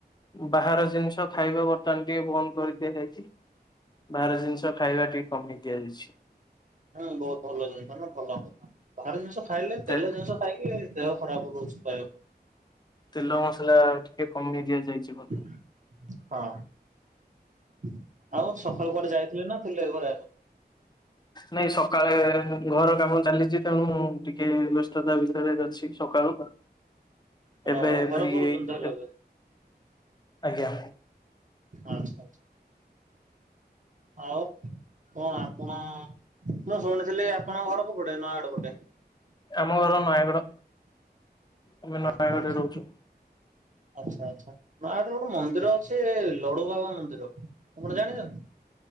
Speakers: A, on the left (about 25°); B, on the right (about 45°).
A: ବାହାର ଜିନିଷ ଖାଇବା ବ ଦୋକାନ ଟିକେ ବନ୍ଦ କରି ଦିଆଯାଇଛି ବାହାର ଜିନିଷ ଖାଇବା ଟିକେ କମେଇ ଦିଆଯାଇଛି।
B: ହୁଁ ବହୁତ ଭଲ ଜିନିଷ ଭଲ ବାହାର ଜିନିଷ ଖାଇଲେ
A: ତେ
B: ତେଲ ଜିନିଷ ଖାଇକି ଦେହ ଖରାପ ହେଉଚି କହିଲ।
A: ତେଲ ମସଲା ଟିକେ କମେଇ ଦିଆଯାଇଛି। ବୋଧେ।
B: ହ ହଁ ଆଉ ସକାଳୁ କୁଆଡ଼େ ଯାଇଥିଲେ ନା ଥିଲେ ଏ ଘରେ ଆଗକୁ।
A: ନାଇଁ ସକାଳେ ଘର କାମ ଚାଲିଛି ତେଣୁ ଟିକେ ବ୍ୟସ୍ତତା ଭିତରେ ଚାଲିଛି ସକାଳୁ।
B: ହଁ
A: ଏବେ
B: ଘର
A: ଫ୍ରି
B: କରୁଛନ୍ତି
A: ହେଇକି
B: ତାହଲେ ଏବେ?
A: ଆଜ୍ଞା।
B: ଆଛା ଆଛା। ଆଉ କଣ ଆପଣ ମୁଁ ଶୁଣିଥିଲି ଆପଣଙ୍କ ଘର କୋଉପଟେ ନୟାଗଡ ପଟେ।
A: ଆମ ଘର ନୟାଗଡ଼। ଆମେ ନୟାଗଡ଼ରେ
B: ଆଛା ଆଛା।
A: ରହୁଛୁ
B: ଆଛା ଆଛା ଗୋଟେ ମନ୍ଦିର ଅଛି ଲଡୁବାବା ମନ୍ଦିର ଆପଣ ଜାଣିଛନ୍ତି?